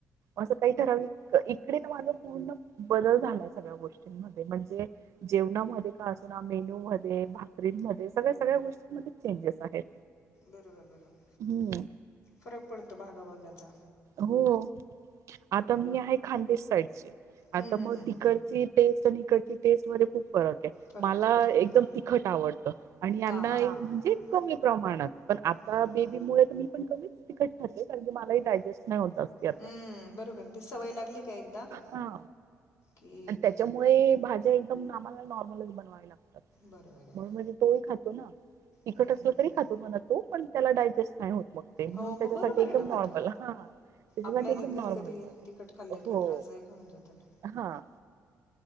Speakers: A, on the right; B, on the left.
A: असं काही ठरवलं इकडे ना माझा पूर्ण बदल झालाय सगळ्या गोष्टी म्हणते म्हणजे जेवणामध्ये का अस ना मेनू मध्ये भाकरीमध्ये सगळ्या सगळ्या गोष्टी चेंजेस आहेत.
B: बरोबर, बरोबर.
A: हम्म
B: फरक पडतो भागाभागाचा.
A: हो. आता मी आहे, खानदेश साईडचे
B: हं,
A: आता
B: हं,
A: मग
B: हं.
A: तिकडची टेस्ट आणि इकडची टेस्ट मध्ये खूप फरक आहे,
B: फरक
A: मला
B: पडतो बरोबर.
A: एकदम तिखट आवडतं. आणि यांना
B: हां, हां, हां,
A: म्हणजे
B: हां.
A: कमी प्रमाणात पण आता
B: बरोबर.
A: बेबी मु ती पण कमीच तिकट खाते कारण की मला ही डाजेस्ट नाहीत होत ते आता
B: हं, बरोबर. ती सवय लागली का एकदा
A: हा.
B: की
A: आणि त्याच्यामुळे. म हे भाज्या एकदम आम्हाला नॉर्मलच बनवा्या लागतात
B: बरोबर आहे
A: म्हणून
B: ना.
A: म्हणजे तोही खातो ना. तखट
B: हं, हं.
A: असलं तरी खात म्हण तो पण त्याला डायजेस्ट नाही होत. मग ते म्हणून
B: हो,
A: त्याच्यासाठी
B: मग बरोबर
A: एकदम
B: आहे ना मग
A: नॉर्मल
B: ते.
A: हा हा. त्याच्यासाठी
B: आपल्यालाही
A: एकदम
B: कधी-कधी
A: नॉर्मल
B: तिखट खाल्लं
A: हो
B: की त्रासदायक होऊन जातं ना.
A: हा.